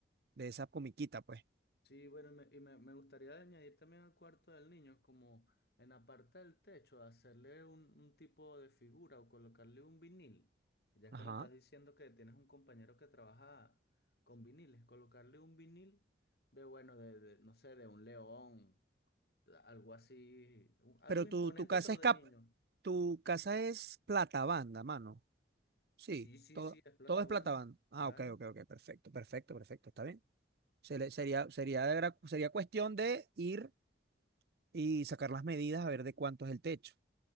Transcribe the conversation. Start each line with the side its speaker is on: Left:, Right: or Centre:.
Right: de esa comiquita, pues.
Left: Sí, bueno, y me, y me- me gustaría añadir también al cuarto del niño, como en la parte del techo, hacerle un, un tipo de figura o colocarle un vinil. Ya
Right: Ajá.
Left: que me estás diciendo que tienes un compañero que trabaja con viniles, colocarle un vinil de, bueno, de, de, no sé, de un león, de algo así, u- algo
Right: Pero
Left: imponente,
Right: tu, tu casa
Left: pero
Right: es
Left: de
Right: cap,
Left: niño.
Right: tu casa es plata banda, mano. Sí,
Left: Sí, sí,
Right: todo,
Left: sí, es plata
Right: todo es
Left: banda,
Right: plata banda. Ah,
Left: claro.
Right: ok, ok, ok, perfecto, perfecto, perfecto, está bien. Se le- sería, sería, de gra- sería cuestión de ir y sacar las medidas a ver de cuánto es el techo.